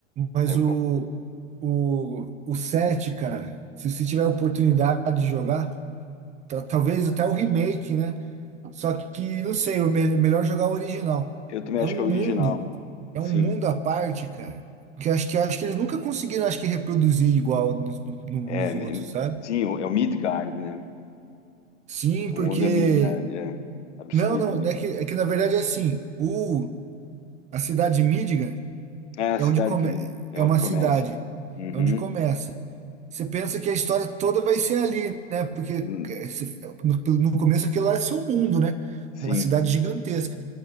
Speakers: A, on the right; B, on the left.
A: Mas
B: Aí eu,
A: o, o, o 7 cara, se você tiver a oportunidade de jogar, ta- talvez até o remake, né? Só que, não sei, o melhor jogar o original.
B: eu também
A: É
B: acho
A: um
B: que é o original.
A: mundo, é
B: Sim.
A: um mundo à parte, cara. Que eu acho que, eu acho que eles nunca conseguiram, acho que, reproduzir igual nos, no- no-
B: É,
A: nos
B: é-
A: outros, sabe?
B: sim, é o Midgard, né?
A: Sim,
B: Onda
A: porque.
B: Midgard, é absurdo,
A: Não, não,
B: né?
A: é que, é que na verdade é assim: o, a cidade de Midgar
B: Ah, a
A: é
B: cidade
A: onde come,
B: que Mid- é
A: é
B: onde
A: uma
B: começa.
A: cidade,
B: Uhum.
A: é onde começa. Você pensa que a história toda vai ser ali, né? Porque
B: Hum,
A: eh, se- é, no, no começo aquilo lá é seu mundo, né?
B: Sim,
A: Uma cidade gigantesca.